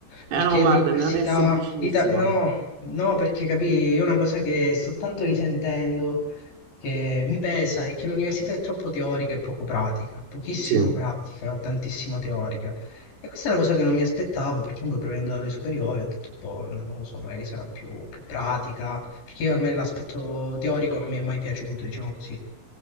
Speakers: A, on the right (about 55°); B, on the left (about 60°).
A: eh
B: perché
A: no, guarda,
B: l'università,
A: non è semplicissimo.
B: l'Ita- no, no, perché capì, io una cosa che sto tanto risentendo, che mi pesa, è che l'università è troppo teorica e poco pratica, pochissimo
A: Sì,
B: pratica, tantissimo teorica. E questa è una cosa che non mi aspettavo, perché comunque provenendo dalle superiori ho detto, boh, non lo so, magari sarà più, più pratica, perché a me l'aspetto teorico non mi è mai piaciuto, diciamo così.